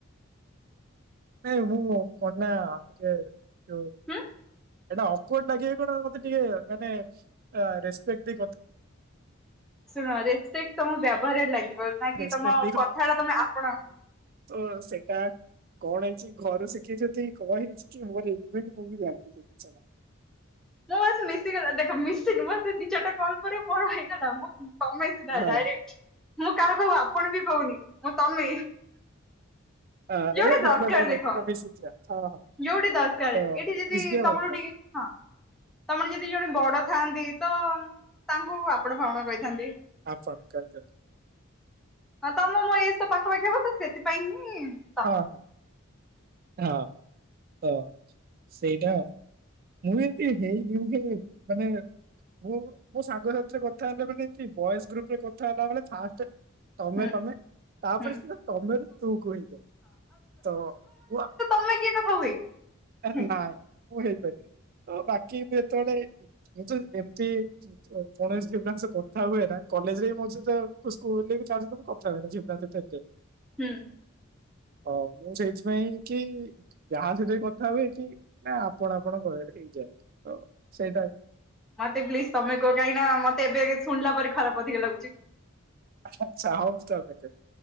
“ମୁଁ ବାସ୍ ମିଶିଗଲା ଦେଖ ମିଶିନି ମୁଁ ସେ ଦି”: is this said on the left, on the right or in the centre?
Centre